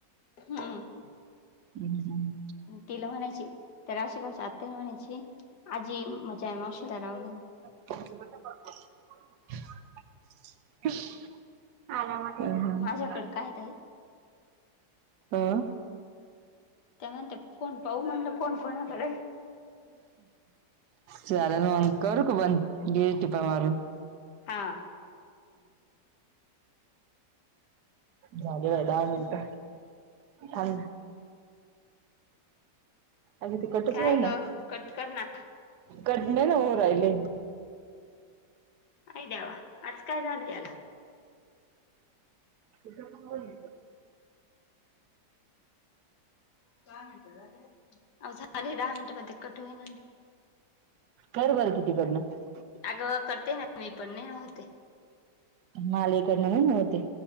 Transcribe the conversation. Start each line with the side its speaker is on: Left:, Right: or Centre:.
Left: हम्म.
Right: हम्म हम्म.
Left: तिला म्हणायची त्यालावशा आत्ताही म्हणायची आजी मजा मावशला राव देना.
Right: <inaudible> <unintelligible>
Left: ना माझ्याकडे काय काय?
Right: हा.
Left: त्या म्हणते फोन पाऊ म्हणलं फोन कोणाकडे
Right: झालेला मग करू का पण गे टिपा मारून
Left: हां
Right: झाले बाय दहा मिनटं ह अग. कटच
Left: काय
Right: होईना
Left: ग कट कर ना
Right: कट नाही ना हो राहिले
Left: आ देवा आज काय झाल याला
Right: तथं.
Left: आओ झाले दहा मिनिट पण ते कट होईन ना
Right: कर बरं तू तिकडनं
Left: अग करते ना मी पण नाही होते
Right: मालिकडन नव्हते